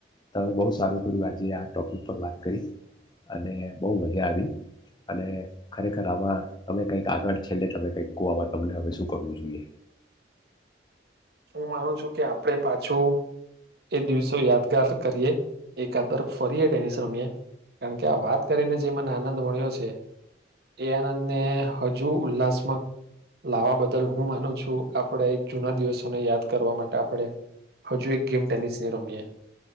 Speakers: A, on the left (about 25°); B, on the right (about 55°).
A: તમે બહુ સારું કર્યું આજે આ ટોપિક પર વાત કરી અને બહુ મજા આવી અને ખરેખર આમાં તમે કંઈક આગળ છેલ્લે તમે કઈક કો તમને હવે શું કરવું જોઈએ.
B: હું માનું છું કે આપણે પાછું એ દિવસો યાદગાર કરીએ એકાદ તરફ ફરીએ ટેનિસ રમીએ કારણ કે આ વાત અતિયારે જે મને આનંદ મળ્યો છે એ આનંદને હજુ ઉલ્લાસમાં લાવવા બદલ હું માનું છું આપડે એક જૂના દિવસ યાદ કરવા માટે આપણે હજુ એક ગેમ ટેનિસની રમીએ